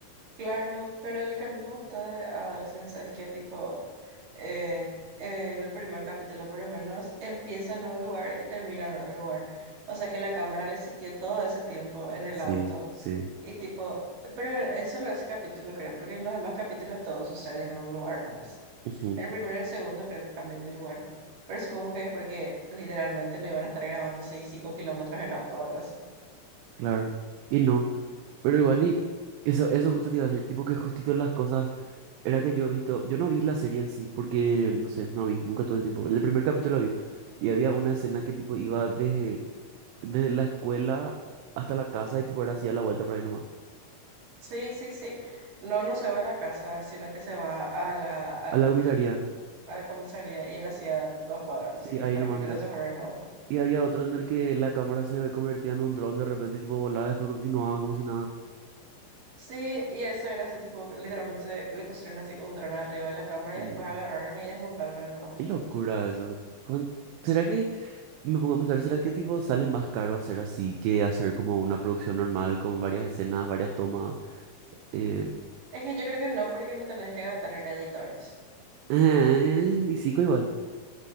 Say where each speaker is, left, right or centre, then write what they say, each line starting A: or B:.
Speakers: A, on the right; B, on the right.
A: Claro, pero lo que a mí me gusta de Adolescence es que tipo en, en el primer capítulo por lo menos, empieza en un lugar y termina en otro lugar. O sea que la cámara le siguió todo ese tiempo en el
B: Sí,
A: auto
B: sí.
A: y tipo, pero en solo ese capítulo creo, porque en los demás capítulos todo sucede en un lugar nomás.
B: ujú,
A: El primero y el segundo creo que cambian de lugar, pero supongo que es porque literalmente no iban a estar grabando así 5 kilómetros en auto o algo así.
B: claro. Y no, pero igual y eso, eso justo te iba a decir, tipo que justito las cosas, era que yo he visto, yo no vi la serie en sí, porque, no sé, no vi, nunca tuve el tiempo. El primer capítulo vi, y había una escena que tipo iba desde, desde la escuela hasta la casa y tipo era así a la vuelta por ahí nomás.
A: Sí, sí, sí. No, no se va a la casa, sino que se va a la, al
B: A la comisaría,
A: a la comisaría y era hacía dos cuadras,
B: sí,
A: no sé qué,
B: ahí
A: para
B: nomás
A: que te
B: era.
A: se fueran en auto.
B: Y había otro en el que la cámara se convertía en un dron de repente y tipo volaba y después continuaba como si nada.
A: Sí, y eso era así, tipo, literalmente se- le pusieron así un dron arriba de la cámara
B: Sí.
A: y después agarraron y desmontaron el dron.
B: Qué locura eso. ¿Cuán- ¿Será
A: Sí.
B: que Me pongo a pensar, ¿será que tipo sale más caro hacer así que hacer como una producción normal con varias escenas, varias tomas? Eh,
A: Es que yo creo que no, porque no tenés que gastar en editores.
B: eh, y sí, igual.